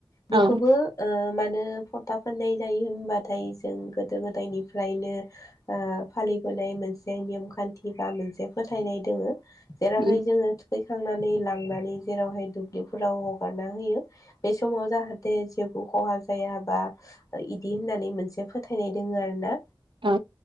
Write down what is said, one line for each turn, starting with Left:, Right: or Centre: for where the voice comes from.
Left: बेखौबो
Right: औ
Left: ओ मानो फ- था फोननाय जायो होनबाथाय जों गोदो गोदायनिफ्रायनो ओ फालिबोनाय मोनसे नेयम खान्थि बा मोनसे फोथायनाय दोङो जेरावहाय
Right: उम
Left: जोङो थुखै थांनानै लांनानै जेरावहाय दुब्लिफोराव हगारना होयो बे समाव जाहाथे जेबो खहा जायाबा इदि होननानै मोनसे फोथायनाय दोङ आरो ना
Right: औ